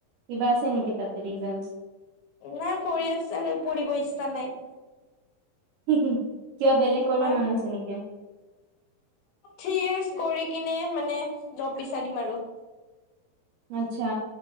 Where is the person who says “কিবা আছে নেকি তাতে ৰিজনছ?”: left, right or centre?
Right